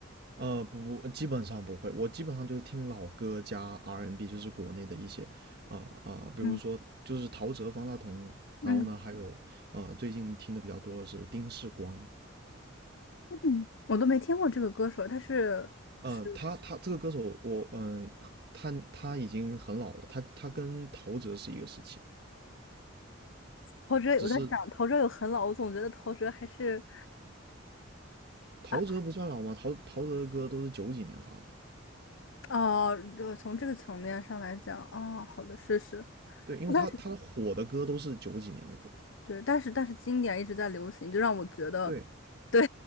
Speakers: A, on the right; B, on the left.
A: 呃，不不，基本上不会，我基本上就是听老歌加 R&B，n 就是国内的一些啊呃啊、呃比如说就是陶喆、
B: 嗯
A: 方大同，
B: 嗯。
A: 然后呢，还有呃，最近听的比较多的是丁世光。
B: 嗯，我都没听过这个歌手，他是是
A: 呃，他他这个歌手，我嗯、呃他他已经很老了，他他跟陶喆是一个时期的，
B: 陶喆。
A: 只是
B: 我在想，陶喆有很老，我总觉得陶喆还是
A: 陶喆不算老吗？
B: 啊
A: 陶陶喆的歌都是九几年发的，
B: 哦，呃从这个层面上来讲，哦，好的，是是，
A: 对，因为他他的火的歌都是九几年的歌，
B: 但是对，但是但是经典一直在流行，就让我觉得
A: 对，
B: 对，